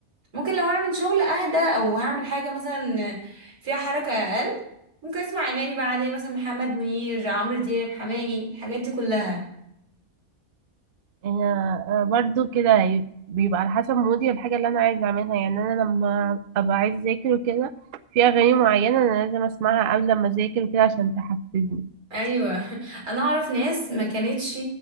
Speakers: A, on the right; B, on the right.
A: ممكن لو هعمل شغل اهدى او هعمل حاجة مثلا فيها حركة اقل ممكن اسمع اغاني بقى عادية مثلا محمد منير عمرو دياب حماقي الحاجات دي كلها
B: يعني أنا برضو كده هي- بيبقى على حسب مودي الحاجة اللي أنا عايزة أعملها يعني أنا لما أبقى عايزة أذاكر وكده في أغاني معينة أنا لازم أسمعها قبل ما أذاكر وكده عشان تحفزني
A: ايوه <laughs> انا اعرف ناس ما كانتش